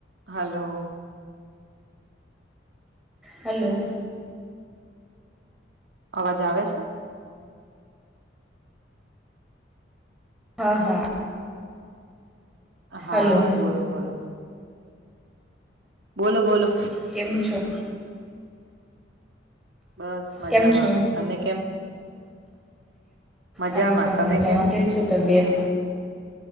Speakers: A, on the right; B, in the centre.
A: હલો.
B: હલો.
A: અવાજ આવે છે?
B: હા, હા.
A: હા,
B: હલો
A: બોલો-બોલો. બોલો-બોલો.
B: કેમ છો?
A: બસ મજામાં.
B: કેમ છો
A: તમે કેમ મજામાં
B: અમે પણ
A: તમે
B: મજામાં,
A: કેમ
B: કેવી છે તબિયત?